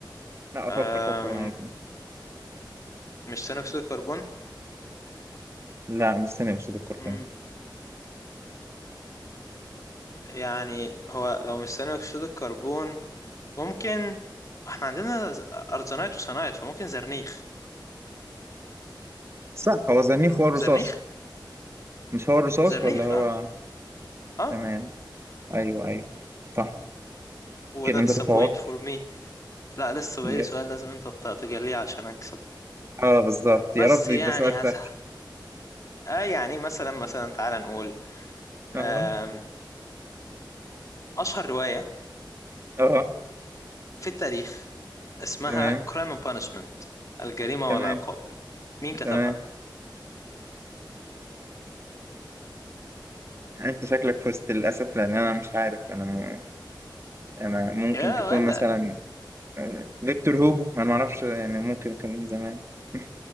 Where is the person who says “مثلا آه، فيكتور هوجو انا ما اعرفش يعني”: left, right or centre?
Right